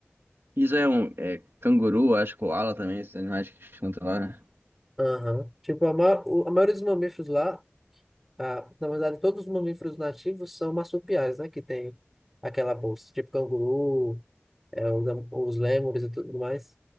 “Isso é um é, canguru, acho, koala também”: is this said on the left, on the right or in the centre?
Right